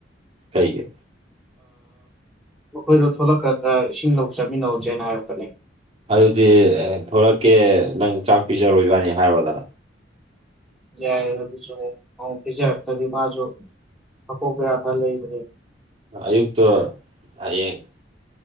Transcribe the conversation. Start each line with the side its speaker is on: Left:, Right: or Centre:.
Right: ꯀꯩꯒ
Centre: ꯃꯈꯣꯏꯗꯣ ꯊꯣꯛꯂꯛꯀꯗ꯭ꯔꯥ ꯏꯁꯤꯡ ꯂꯧ ꯆꯠꯃꯤꯟꯅꯧꯁꯦꯅ ꯍꯥꯏꯔꯛꯄꯅꯤ
Right: ꯑꯗꯨꯗꯤ ꯊꯂꯛꯀꯦ ꯅꯪ ꯆꯥꯛ ꯄꯤꯖꯔꯣꯏꯕꯅꯤ ꯍꯥꯏꯔꯣꯗꯅ
Centre: ꯌꯥꯖꯦ ꯍꯗꯤ ꯃꯥꯁꯨ ꯍꯥꯀꯣ ꯀꯌꯥ ꯊꯥ ꯂꯩꯕ ꯂꯩ
Right: ꯑꯌꯨꯛꯇꯛꯇ ꯍꯥꯏꯌꯦꯡ